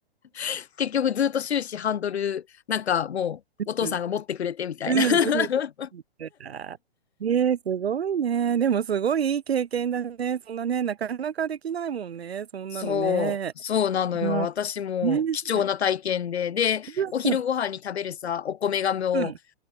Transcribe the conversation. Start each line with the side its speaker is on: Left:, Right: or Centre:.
Left: <laughs> 結局ずっと終始ハンドル、なんかもうお父さんが持ってくれてみたいな
Right: うんうんう
Left: <laughs>
Right: ん。ええすごいね。でもすごいいい経験だね。そんなね、なかなかできないもんね。そんなのね。
Left: そう、そうなのよ。
Right: うん
Left: 私も貴重な体験で、
Right: ねえ
Left: で、
Right: うんう
Left: お昼ご飯に食べるさ、お米がもう、
Right: ん